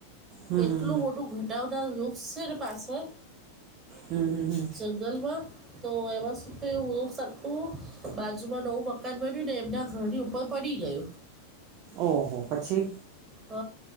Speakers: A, on the right; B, on the right.
A: હમ
B: એટલું
A: હમ
B: મોટું ઘટાતા લુક્સ છે ને પાછળ.
A: હમ હમ હમ
B: જંગલમાં તો એમાં શ. હું બાજુમાં નવું મકાન બન્યું ને એમના ઘરની ઉપર પડી ગયું.
A: ઓહો પછી.
B: હ